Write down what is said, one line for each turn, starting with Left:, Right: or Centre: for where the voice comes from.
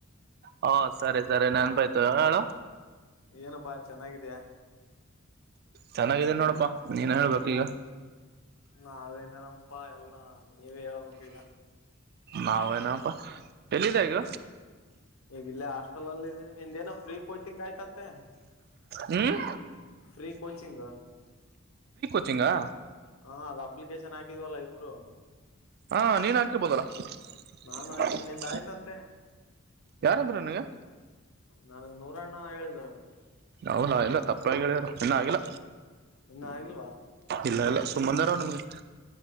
Right: ಹಾ ಸರಿ ಸರಿ ನೆನ್ಪಾಯ್ತು ಏನ್ ಹೇಳು
Left: ಏನಪ್ಪಾ ಚೆನ್ನಾಗಿದ್ಯಾ
Right: ಚೆನ್ನಾಗಿದ್ದೀನಿ ನೋಡಪ್ಪಾ ನೀನ್ ಹೇಳ್ಬೇಕು ಈಗ
Left: ನಾವೇನ್ ಹೇಳಂಪಾ ಎಲ್ಲಾ ನೀವೇ ಹೇಳ್ಬೇಕು ಈಗ
Right: ನಾವೇಏನಪ್ಪಾ ಎಲ್ಲಿದೆ ಈಗ
Left: ಈಗ ಇಲ್ಲೇ ಹಾಸ್ಟೆಲ್ಲ್ಲಿ ಇದೀನಿ ನಿಂದೇನು ಫ್ರೀ ಕೋಚಿಂಗ್ ಆಯ್ತಂತೆ
Right: ಹ್ಮ್
Left: <unintelligible> ಫ್ರೀ ಕೋಚಿಂಗ್
Right: ಕೋಚಿಂಗ್ ಹಾ
Left: ಹಾ ಅದ ಅಪ್ಲಿಕೇಶನ್ ಹಾಕಿದವಲ್ಲ ಇಬ್ರು
Right: ಹಾ ನೀನ್ ಹಾಕಿರ್ಬೋದಲ್ಲ <unintelligible>
Left: ನಾನು ಹಾಕಿದ್ ನಿಂದ್ ಆಯ್ತಂತೆ
Right: ಯಾರಂದ್ರ ನನಗೆ
Left: ನನಗ್ ನೂರಣ್ಣ ಹೇಳಿದ್ರು
Right: ಹೌದ್ ಇಲ್ಲ ತಪ್ಪಾಗಿ ಹೇಳಿದಾರ ಇನ್ನ ಆಗಿಲ್ಲ
Left: ಇನ್ನ ಆಗಿಲ್ವಾ
Right: ಇಲ್ಲ ಇಲ್ಲ ಸುಮ್ಮಂದಾರ ನಿಮ್ಗೆ